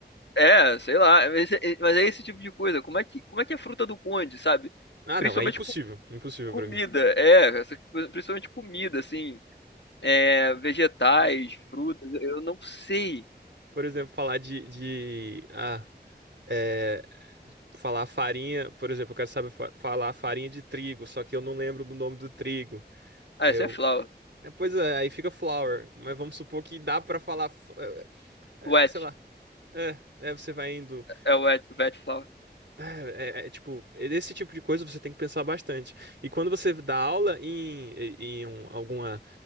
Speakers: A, on the left; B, on the right.
A: É, sei lá, mas é mas é esse tipo de coisa. Como é que, como é que é fruta do conde, sabe?
B: Ah,
A: Principalmente
B: não. É impossível.
A: co-
B: Impossível
A: comida,
B: pra mim.
A: é, essas coisas- principalmente comida, assim, é, vegetais, frutas, eu não sei.
B: Por exemplo, falar de, de... Ah, é... Falar farinha. Por exemplo, eu quero saber fa- falar farinha de trigo, só que eu não lembro do nome do trigo.
A: Ah,
B: Aí
A: esse
B: eu.
A: é flower,
B: é, pois é, aí fica flower. Mas vamos supor que dá pra falar. f- é,
A: wet,
B: é, sei lá. É, é, você vai indo.
A: é wet, wet flower.
B: É, é, é, tipo, esse tipo de coisa você tem que pensar bastante. E quando você dá aula em, em um- alguma